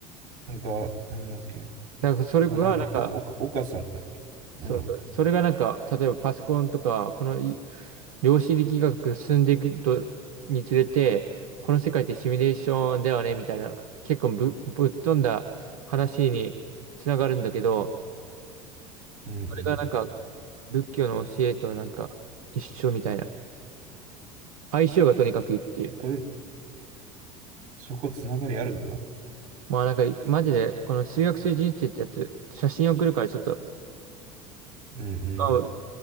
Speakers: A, on the right; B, on the right.
A: なんか、なんだっけ。
B: なんかそれがなんか、
A: そう、なんだっけ。お、お、岡さんだっけ。
B: そうそう。
A: うん。
B: それがなんか、例えばパソコンとか、このい量子力学が進んでいくと、につれて、この世界ってシミュレーションだよね、みたいな、結構ぶ、ぶっ飛んだ話につながるんだけど、
A: うんうん。
B: それがなんか、仏教の教えとなんか、一緒みたいな。相性がとにかくいいっていう。
A: これ、そこつながりあるんだ。
B: まあなんか、マジで、この数学する人生ってやつ、写真送るからちょっと、
A: うんう
B: まあ